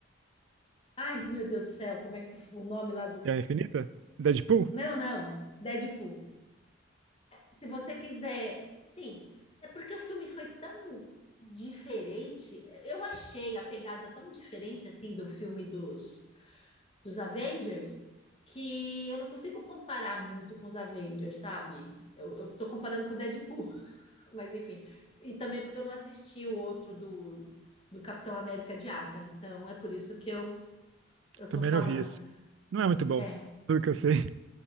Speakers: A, on the left (about 30°); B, on the right (about 75°).
A: Ai, meu Deus do céu, como é que eu- o nome lá do.
B: É a Infinita? Deadpool?
A: Não, não, Deadpool. Se você quiser. Sim, é porque o filme foi tão diferente. Eu achei a pegada tão diferente assim do filme dos, dos Avengers que eu não consigo comparar muito com os Avengers, sabe? Eu, eu tô comparando com o Deadpool, <laughs> mas enfim. E também porque eu não assisti o outro do, do Capitão América de Asa, então é por isso que eu, eu tô
B: Também
A: falando.
B: não vi esse. Não é muito bom,
A: É.
B: pelo que eu sei.